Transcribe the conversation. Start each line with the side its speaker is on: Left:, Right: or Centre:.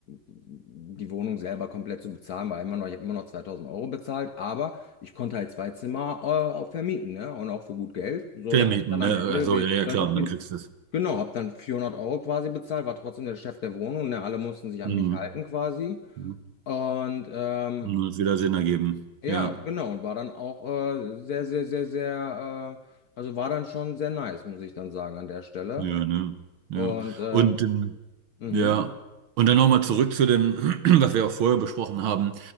Left: die Wohnung selber komplett zu bezahlen, weil immer noch, ich habe immer noch 2000 Euro bezahlt, aber ich konnte halt zwei Zimmer, äh, auch vermieten, ne? Und auch für gut Geld, so
Right: Vermieten,
Left: dass ich dann
Right: ne?
Left: am Ende
Right: Ach so,
Left: we-
Right: ja, ja,
Left: deutlich
Right: klar. Und
Left: bin.
Right: dann kriegst du es.
Left: Genau, habe dann 400 Euro quasi bezahlt, war trotzdem der Chef der Wohnung, ne? Alle mussten sich an
Right: Mhm.
Left: mich halten quasi.
Right: Mhm.
Left: Und ähm,
Right: Und das wird wieder Sinn ergeben.
Left: ja,
Right: Ja.
Left: genau. Und war dann auch äh, sehr, sehr, sehr, sehr, äh, also war dann schon sehr nice, muss ich dann sagen, an der Stelle.
Right: Ja, ne? Ja.
Left: Mhm. Und, äh,
Right: Und ähm,
Left: mhm,
Right: ja, und dann nochmal zurück zu dem, <clears throat> was wir auch vorher besprochen haben.